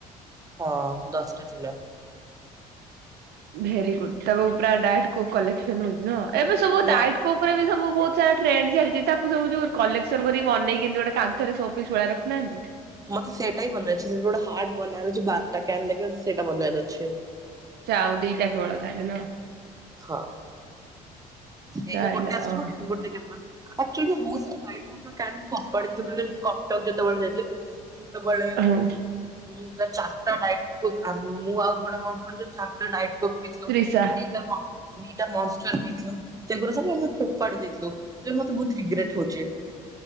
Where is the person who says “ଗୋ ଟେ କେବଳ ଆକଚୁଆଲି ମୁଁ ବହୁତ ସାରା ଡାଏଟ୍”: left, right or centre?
Right